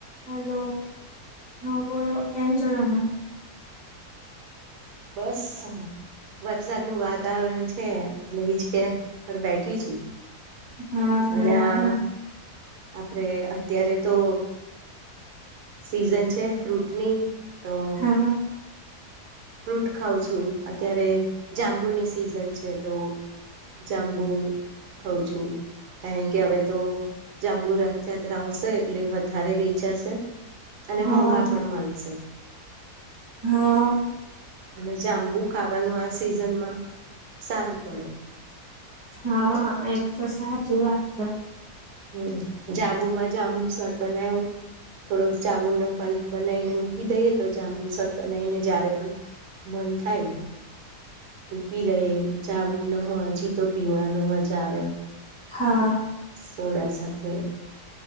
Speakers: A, on the left; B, on the right.
A: Hello હા બોલોલો કેન ચાલના.
B: બસ હા. વરસાદ નું વાતાવરણ છેલે હજ કે ઘ બેઠી છું.
A: હા બરાબર.
B: અને આ આપડે અત્યારે તો સીઝન છે, ફ્રૂટની તો
A: હા
B: ફ્રૂટ ખઉં છું, અત્યારે જાંબુની સિઝન છે, તો જાંબુ ખઉં છું. કારણ કે હવે, તો જાંબુ રથયાત્રા આવશે એટલે વધારે વેચાશે અને
A: હા
B: મોંઘા, પણ મળશે
A: હા
B: અને જાંબુ ખાવાનુ આ સિઝનમા, સારું પડે
A: હા, એમ તો સાચી વાત છે
B: હમ, જાંબુમા જાંબુ શોટ બનાવું થોડોક જાામુનનોો પલ્પ બનાવીને મૂકી દઈએ, તો જાામુન સટ બનાવીને જય્યારે પણ પણ થાય તું પી લઈ જા મડમ હજી, તો પીવવાનું મજા આવે
A: હા.
B: થોડા સાથે